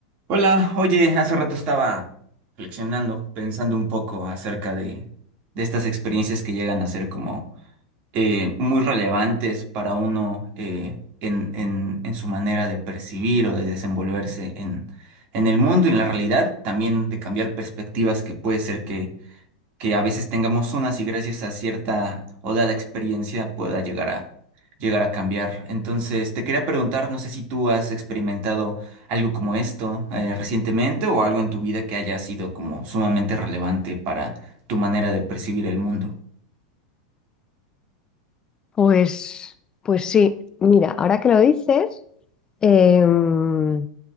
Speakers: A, on the right (about 50°); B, on the left (about 25°).
A: Hola, oye, hace rato estaba reflexionando, pensando un poco acerca de, de estas experiencias que llegan a ser como eh, muy relevantes para uno eh, en, en, en su manera de percibir o de desenvolverse en, en el mundo, en la realidad, también de cambiar perspectivas que puede ser que que a veces tengamos unas y gracias a cierta o dada experiencia pueda llegar a llegar a cambiar. Entonces, te quería preguntar, no sé si tú has experimentado algo como esto eh, recientemente o algo en tu vida que haya sido como sumamente relevante para tu manera de percibir el mundo.
B: Pues, pues sí, mira, ahora que lo dices, em,